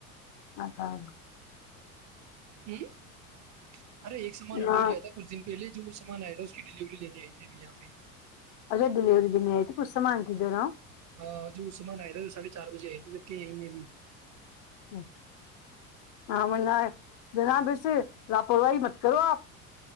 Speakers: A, on the left; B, on the right.
A: ا ہاں
B: ہوں ارے ایک سامان آڈر
A: ہاں
B: کیا تھا کچھ دن پہلے جو وہ سامان آیا تھا اس کی ڈلیوری لینے آئی تھی اھی یہاں پہ
A: ارے ڈلیوری دن آئیت کتماننٹتے نا
B: ہاں جو سامان آیا تھا وہ ساڑھے چار بجے آئے تھے جبک یہیں ہیں ابھی
A: چ ہ منا ہے جنا پھر سے لاپرواہی مت کرو آپ